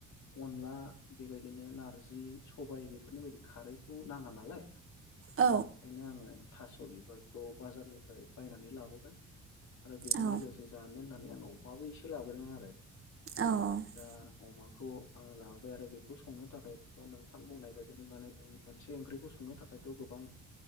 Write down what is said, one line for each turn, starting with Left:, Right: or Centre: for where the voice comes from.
Left: अनला बेबायदिनो नारजि सबाय बेफोरनि बायदि खारैखौ नाङा नालाय
Right: औ
Left: दा ओंखायनो आंङो थास' बिबारखौ बाजारनि फ्राय बायनानै लाबोबाय आरो बेजों
Right: औ
Left: लोगोसे जानो होननानै आं अमाबो एसे लाबोदों आरो।
Right: औ
Left: दा अमाखौ आं लाबोबाय आरो बेखौ संनो थाखायथ' नोंथां बुंनाय बायदिनो माने मोनसे ओंख्रिखौ संनो थाखायथ'गो बां